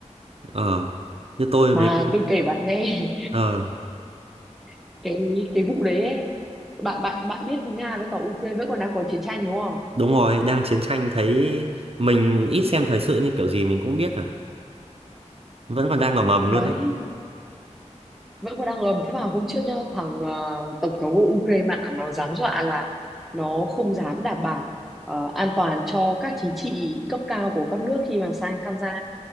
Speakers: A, on the right; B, in the centre.
A: ờ. Như tôi
B: mà
A: mấy cái,
B: tôi kể bạn nghe
A: ờ,
B: <laughs> cái cái vụ đấy ấy, bạn bạn bạn biết Nga với cả Ukraine vẫn còn đang có chiến tranh đúng không
A: đúng rồi, đang chiến tranh thấy mình ít xem thời sự như kiểu gì mình cũng biết rồi. Vẫn còn đang ở mầm luôn
B: đấy
A: đấy.
B: vẫn còn đang ngầm thế mà hôm trước nhá thằng ờ, tổng thống của Ukraine ạ, nó dám dọa là nó không dám đảm bảo ờ, an toàn cho các chính trị cấp cao của các nước khi mà sang tham gia